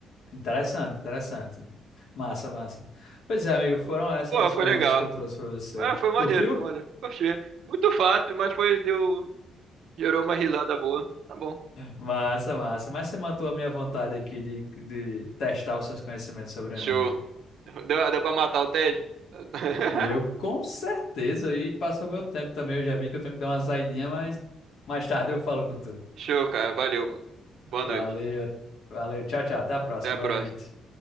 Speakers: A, on the left (about 70°); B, on the right (about 70°).
A: interessante, interessante. Massa, massa. Pois é, amigo, foram essas
B: Pô,
A: as
B: foi
A: perguntas
B: legal.
A: que eu trouxe pra você.
B: É, foi maneiro,
A: Curtiu?
B: foi maneiro. Gostei. Muito fácil, mas foi, deu, gerou uma risada boa. Tá bom.
A: Massa, massa. Mas você matou a minha vontade aqui de, de testar os seus conhecimentos sobre
B: Show.
A: anime.
B: Deu, deu pra matar o Ted? <laughs>
A: Deu, com certeza. E passou meu tempo também. Eu já vi que eu tenho que dar uma saidinha, mas mais tarde eu falo com tu.
B: Show, cara. Valeu, mano. Boa
A: Valeu,
B: noite.
A: valeu. Tchau, tchau. Até a próxima.
B: Até a
A: Boa
B: próxima.
A: noite.